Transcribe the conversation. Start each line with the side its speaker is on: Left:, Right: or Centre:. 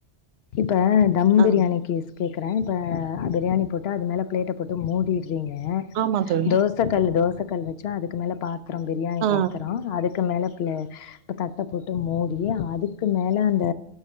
Left: இப்ப தம் பிரியாணிக்கிஸ்
Right: ஆ
Left: கேக்கறே இப்ப அ பிரியாணி போட்டா அது மேல பிளேட்ட போட்டு மூடி ரிங்க
Right: ஆமா தோழி
Left: தோச கல்லு தோச கல் வச்சா அதுக்கு மேல பாத் த்ரம் பிரியாணி
Right: ஆ
Left: பாத்தறோ அதுக்கு மேல பி தட்ட போட்டு மூடி அதுக்கு மேல அந்த